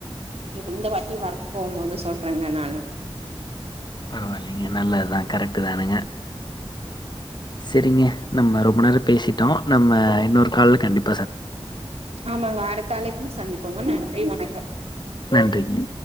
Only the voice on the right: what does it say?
இப் இந்த வாட்டி ஒர்க் போகும்போது சொல்றங்க நானு
ஆமாங்க அடுத்த அலைப்புல சந்திப்போங்க நன்றி வணக்கம்